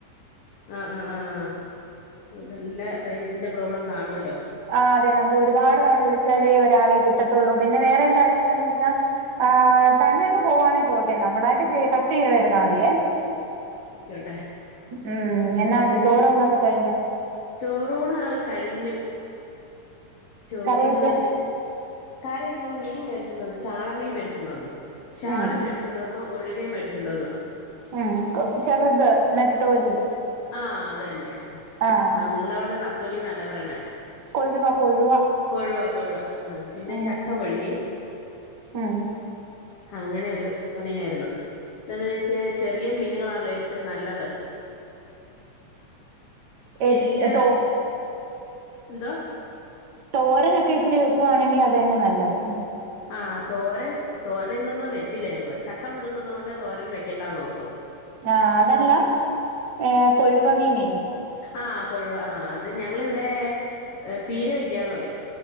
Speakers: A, on the left; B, on the right.
A: ആഹ് ആഹ് ആഹ് നല്ല റേഞ്ചിന്റെ പ്രോബ്ലം കാണുവല്ലോ.
B: ആഹ് അതെ നമ്മൾ ഒരുപാട് തവണ വിളിച്ചാലേ ഒരാളെ കിട്ടത്തുള്ളൂ പിന്നെ വേറെ ഒരു കാര്യം എന്താന്ന് ചോദിച്ചാൽ ആഹ് തന്നെ അങ്ങ് പോവാണെ പോട്ടെ നമ്മളായിട്ട് കട്ട് ചെയ്യാതിരുന്നാ മതിയേ
A: ആയിക്കോട്ടെ
B: ഉം
A: ആഹ്
B: എന്നാ ഉണ്ട് ചോറൂണൊക്കെ കഴിഞ്ഞോ
A: ചോറൂണ് ആ കഴിഞ്ഞു ചോറ്
B: കറിയൊക്കെ
A: ഇന്ന് കറി ഇന്ന് മീൻ മേടിച്ചോണ്ട് വന്നു ചാള മീൻ മേടിച്ചോണ്ട് വന്നു ചാള
B: ഉം
A: മേടിച്ചോണ്ട് വന്നു ഒഴുകെയും മേടിച്ചോണ്ട് വന്നു
B: ഉം ചെറുത് നെത്തോലി
A: ആ അത് തന്നെ
B: ആഹ്
A: ആ നിങ്ങളുടെ അവിടെ ഒക്കെ നത്തോലി എന്നാല്ലേ പറയണേ
B: കൊഴുവ കൊഴുവ
A: കൊഴുവ കൊഴുവ ആ പിന്നെ
B: ഉം
A: ചക്ക പുഴുങ്ങി
B: ഉം
A: അങ്ങനെ ഒരു പണിയായിരുന്നു എന്താന്ന് വച്ചേ ചെറിയ മീനുകളാണല്ലോ ഏറ്റവും നല്ലത്
B: ഏ
A: എല്ല
B: തോ
A: എന്തോ
B: തോരനൊക്കെ ഇച്ചിരി വെക്കുവാണെങ്കിൽ അത് തന്നെ നല്ലത്
A: ആ തോരൻ തോരൻ ഇന്നൊന്നും വെച്ചില്ല ഞങ്ങള് ചക്ക പുഴങ്ങുന്നത് കൊണ്ട് തോരൻ വെക്കേണ്ട എന്നോർത്തു
B: ആഹ് അതല്ല ഏ കൊഴുവ മീനേയ്നി
A: ആഹ് കൊഴുവാ ആ അത് ഞങ്ങളിവിടെ പീര വയ്ക്കാന്ന് പറയും